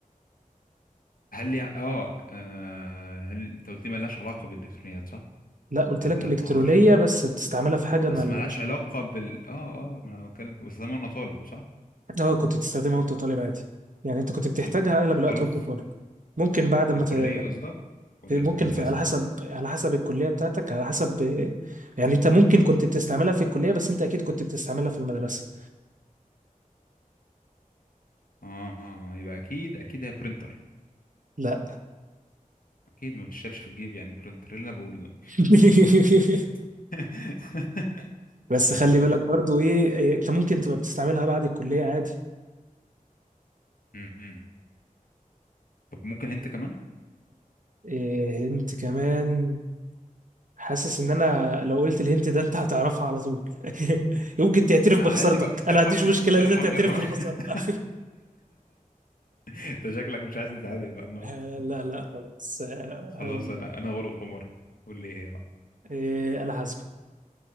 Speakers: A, on the left; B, on the right.
A: هل لي اه آه، هل انت قلت لي ملهاش علاقة بالالكترونيات صح
B: لا قلت
A: طب
B: لك
A: لا
B: إلكترونية
A: ما اعرفش برضه
B: بس بتستعملها في حاجة
A: بس
B: ملهاش
A: ملهاش علاقة
B: علاقة
A: بال اه اه ما انا بتكلم بستخدمها وانا طالب صح
B: اه كنت بتستخدمها وانت طالب عادي يعني انت كنت بتحتاجها
A: وطالب
B: اغلب الوقت وانت طالب ممكن بعد ما
A: في الكلية
B: ت...
A: قصدك ولا
B: ممكن
A: في المدرسة
B: في على حسب على حسب الكلية بتاعتك على حسب يعني انت ممكن كنت بتستعملها في الكلية بس انت اكيد كنت بتستعملها في المدرسة
A: اه يبقى اكيد اكيد هي برينتر
B: لا
A: اكيد ما بتشتغلش في الجيب يعني برينتر اللي انا بقوله ده
B: <laughs>
A: <laughs>
B: بس خلي بالك برضو ايه إيه، انت ممكن تبقى بتستعملها بعد الكلية عادي
A: م-م. طب ممكن انت كمان
B: إيه هنت كمان حاسس ان انا لو قلت الهنت ده انت هتعرفها على طول <laughs> يمكن تعترف
A: ما
B: بخسارتك
A: عادي بقى
B: انا
A: ارحمني
B: ما عنديش مشكلة ان
A: ارحمني
B: انت تعترف
A: ارحمني
B: بالخسارة
A: <laughs>
B: <laughs>
A: انت شكلك مش عايز نتعادل بقى النهارده
B: آه، لا لا خلاص آه،
A: خلاص
B: هقول
A: انا
B: لك
A: انا غلب حمار قول لي إيه هي بقى
B: إيه انا حاسبه